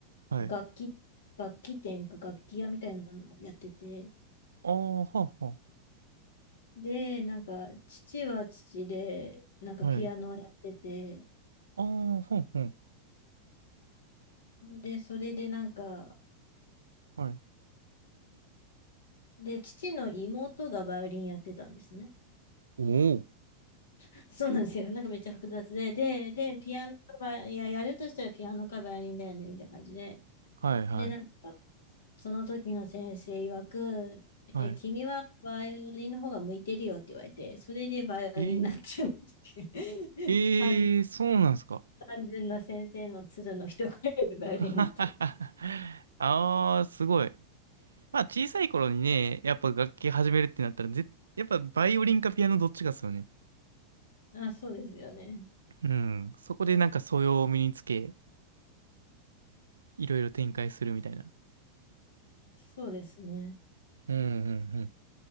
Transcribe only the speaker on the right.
はい。
ああ、はあ、は
あ。はい。ああ、ほんほん。
はい。
おお。
はい、はい、
はい。
ええ
ええそうなんですか。
<laughs> ああ、すごい。まあ、小さい頃にね、やっぱ楽器始めるってなったら、ぜ、やっぱバイオリンかピアノどっちかっすよね。
うん。そこでなんか素養を身につけ、いろいろ展開するみたいな。
うんうんうん。い